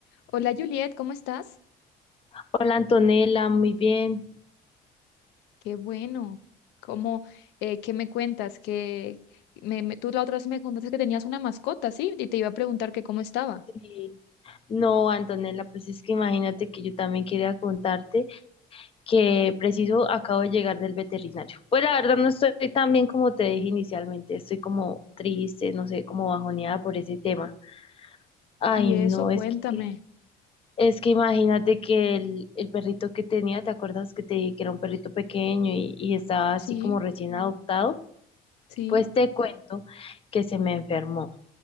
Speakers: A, on the left (about 85°); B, on the left (about 35°).
A: Hola Juliet, ¿cómo estás?
B: Hola Antonella, muy bien.
A: Qué bueno. ¿Cómo, eh, qué me cuentas? Que me, me- tú la otra vez me contaste que tenías una mascota, ¿sí? Y te iba a preguntar que cómo estaba.
B: Eh, no, Antonella, pues es que imagínate que yo también quería contarte que preciso acabo de llegar del veterinario. Pues la verdad no estoy tan bien como te dije inicialmente, estoy como triste, no sé, como bajoneada por ese tema. Ay,
A: Y
B: no,
A: eso, cuéntame.
B: es que, es que imagínate que el, el perrito que tenía, ¿te acuerdas que te dije que era un perrito pequeño y, y estaba
A: Sí,
B: así como recién adoptado?
A: sí.
B: Pues te cuento que se me enfermó.